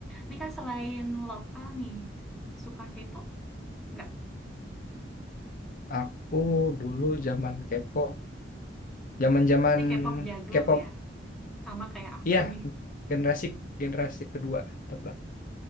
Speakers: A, in the centre; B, on the left.
A: Nika selain lokal nih, suka K-pop? Nggak,
B: aku dulu zaman K-pop zaman zaman
A: pasti K-pop jadul
B: K-pop
A: ya. Sama kayak aku
B: iya
A: nih.
B: generasi generasi kedua tebak